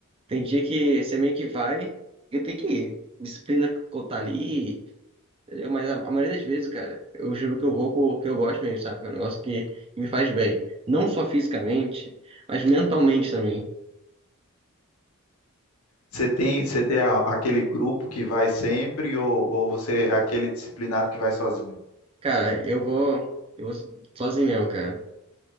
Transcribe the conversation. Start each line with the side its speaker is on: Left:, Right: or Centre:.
Right: Tem dia que você meio que vai, porque tem que ir. Disciplina tá ali, entendeu? Mas a, a maioria das vezes, cara, eu juro que eu vou porque eu gosto mesmo, sabe? É um negócio que me faz bem. Não só fisicamente, mas mentalmente também.
Left: Você tem, você tem a- aquele grupo que vai sempre ou, ou você é aquele disciplinado que vai sozinho?
Right: Cara, eu vou, eu vou sozinho mesmo, cara.